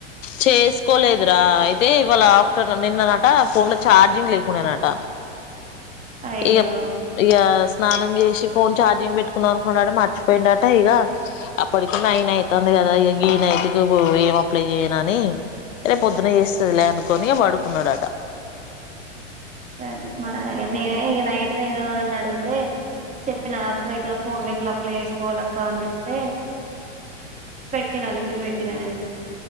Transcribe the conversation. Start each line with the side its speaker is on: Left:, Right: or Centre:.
Left: చేసుకోలేదురా అయితే ఇవాళ ఆఫ్టర్నూన్ నిన్ననట ఫోన్ లో ఛార్జింగ్ లేకుండానట
Right: అయ్యో
Left: ఇక ఇ స్నానం చేసి ఫోన్ ార్జింగ్ పెట్టుకున్నాం అనుకున్నాడ మర్చిపోయిడుట ఇక అప్పటికి నైన్ అవుతుంది కదా ఇ గీ నైట్ కి అప్లై చేయన అని రే పొద్దున చేస్తుదిలే అనుకని పడుకున్నాడుట
Right: సరే మ నేనే ఇక నైట్ న ఏదోనని అడిగితే చెప్పి నా అక్క ఇట్లా ఫోన్లో ఇట్లా వేసుకోవాలక్కా అని చెప్తే పెట్టేన లింక్ పెట్టినా నేను